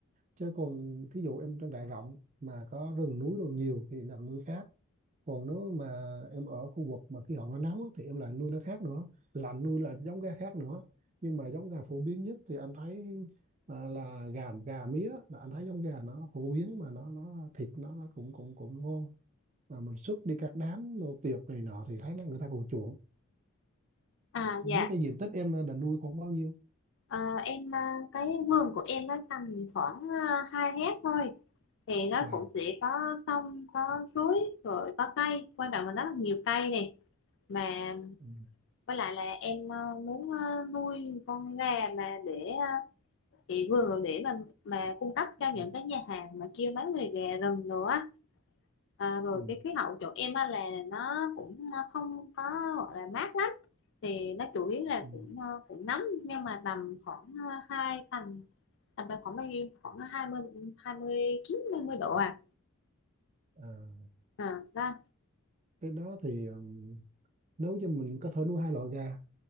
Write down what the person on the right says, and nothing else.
chứ còn thí dụ em trang trại rộng mà có rừng núi đồ nhiều thì làm nuôi khác còn nếu mà em ở khu vực mà khí hậu nó nóng á, thì em lại nuôi nó khác nữa lạnh nuôi là giống gà khác nữa nhưng mà giống gà phổ biến nhất thì anh thấy à, là gà gà mía là anh thấy giống gà nó phổ biến mà nó nó thịt nó nó cũng cũng cũng ngon mà mình xuất đi các đám đồ tiệc này nọ thì thấy nó người ta còn chuộng
không
biết cái diện tích em định nuôi khoảng bao nhiêu
wow
ừ.
Ừ.
Ừ.
Ừ.
À,
cái đó thì ừm, nếu cho mình có thể nuôi hai loại gà